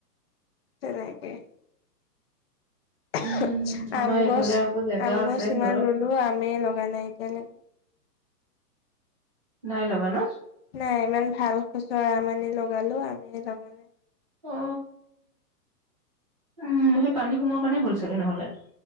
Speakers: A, on the left (about 40°); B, on the right (about 25°).
A: তেনেকে <unintelligible>
B: উম আমাৰ
A: আম
B: এইফালে
A: গছ
B: আকৌ জেগা
A: আম
B: আছে
A: গছ ইমান
B: ধৰক
A: ৰুলো আমে লগা নাই <unintelligible>
B: নাই লগা ন
A: নাই ইমান ভাল খচৰা আম আনি লগালো আমেই লগা নাই
B: অ উম সেই পানী সোমোৱাৰ কাৰণে হ'ল চাগে নহ'লে